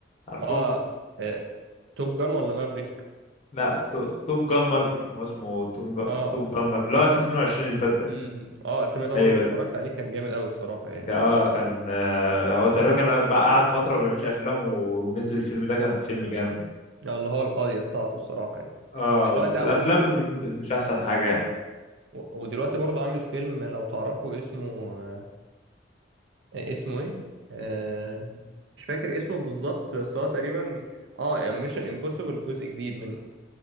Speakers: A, on the left; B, on the right.
A: عارفه
B: اه, آه، توب جان ولا مافريك
A: لا تو- توب جان مافريك هو اسمه توم جا...
B: اه
A: توب جان مافريك لا 2022 اللي فات ده
B: امم اه الفيلم ده
A: ايوه
B: برضه اتفرجت عليه كان جامد قوي الصراحه يعني
A: ك- اه كان آه هو تقريبا كان بقى قعد فتره ما بيعملش افلام و- ونزل الفيلم ده كان فيلم جامد
B: آه، اللي هو القضيه بتاعته الصراحه يعني
A: اه
B: دلوقتي
A: بس
B: عمل
A: الافلام
B: فيلم
A: اللي من دول مش احسن حاجه يعني
B: و- ودلوقتي برضه عامل فيلم لو تعرفوا اسمه آه، اسمه ايه آه، مش فاكر اسمه بالظبط بس هو تقريبا اه ميشن امبوسيبل جزء جديد منه